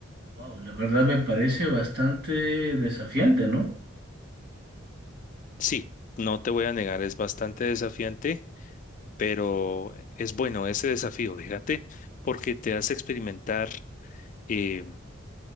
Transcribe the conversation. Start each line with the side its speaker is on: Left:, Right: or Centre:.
Right: Wow, la verdad me parece bastante desafiante, ¿no?
Left: Sí, no te voy a negar, es bastante desafiante, pero es bueno ese desafío, fíjate, porque te hace experimentar. eh,